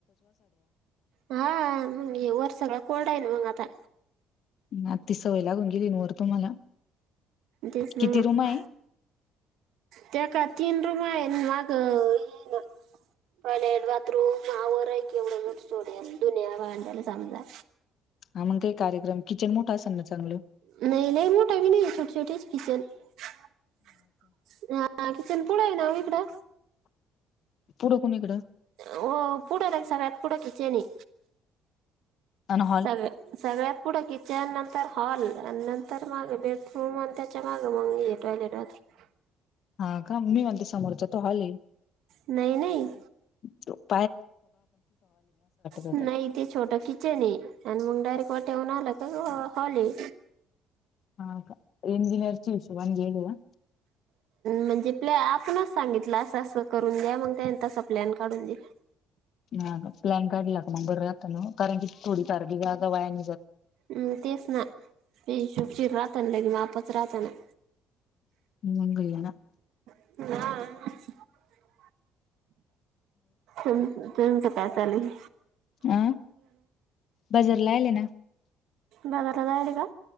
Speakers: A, on the right; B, on the left.
A: हा मग हे वर सगळं कोल्ड हे ना मग आता.
B: आत ती सवय लागुन गेली न वर. तुम्हाला
A: तेच ना
B: किती
A: मग,
B: रूम आहे
A: त्यात काय आ.. तीन रुमा हे न माग अ हे न..
B: <inaudible>
A: टॉयलेट बाथरूम आवर हे केवढ मोठ सोडेल दुनिया भांड्याला समजा.
B: हा मग कही कार्यक्रम किचन मोठ असेल ना चांगलं‌.
A: नही लय मोट भि नही हे छोट छोटेच किचन हा. हा किचन पुढे हे ना ओ इकड.
B: पुढं कोणी कडं?
A: हो पुढं लगी सगळ्यात पुढं किचन हे.
B: आणि हॉल
A: सगळ सगळ्यात... पुढं किचन नंतर हॉल आणि नंतर माग बेडरूम त्याच्या माग मग टॉयलेट बाथरुम.
B: हा का मी म्हणते समोरचा तो हॉल हे.
A: नही नही.
B: च् च. होतं
A: नाही तेे छोट किचन हे आणि मग डायरेक्ट वाट.. ठेवून आल का हॉल हे.
B: हा का इंजिनिअरचे हिशोबान घेयल हे ना.
A: म्हणजे प्ले आपणच सांगितलं असं असं करून द्या मग त्यां त प्लॅन काढून दिला.
B: हा का प्लॅन काढला का मग बरं राहत ना कारण कि थोडी तारगी जागा वयानी जात.
A: हम तेच ना ते हिशोबशीर राहतन लगी मापच राहतना.
B: मंग ये ना.
A: हा. अम तुमच काय चालुय.
B: अं बाजार ला आले ना
A: बाजाराला जायल का